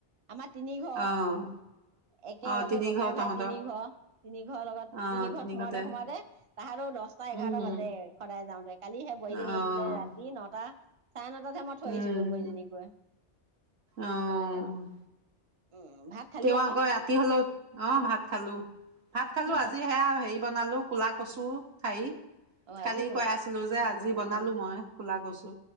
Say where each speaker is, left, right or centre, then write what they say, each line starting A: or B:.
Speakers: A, on the right; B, on the right.
A: আমাৰ তিনি ঘৰ।
B: অ'
A: একেলগে
B: অ' তিনি
A: ককাই-ভাই
B: ঘৰ তহঁতৰ
A: তিনি ঘৰ। তিনি ঘৰৰ লগত
B: অ'
A: তিনি ঘৰত সোমাওঁতে
B: ঘৰতে
A: সোমাওঁতে তাহাতৰো দচটা এঘাৰটা
B: উম
A: বাজে। সদায় যাওঁতে। কালি সেই বোৱাৰীজনী
B: অ'
A: আহিছিলে ৰাতি নটা চাৰে নটাতহে মই থৈ
B: উম
A: আহিছোগৈ বোৱাৰীজনীক গৈ।
B: অ'
A: তেনেকুৱা। উম ভাত খালি
B: তেওঁ
A: আৰু
B: আকৌ ৰাতি হ'লেওঁ অ ভাত খালো। ভাত খালো
A: কি
B: আজি
A: ব
B: সেয়া হেৰি বনালো কুলা কচুৰ ঠাৰী।
A: অ আজিও
B: কালি
A: কলা
B: কৈ
A: ক
B: আছিলো যে
A: অ
B: আজি বনালোঁ
A: অ
B: মই কুলা কচু।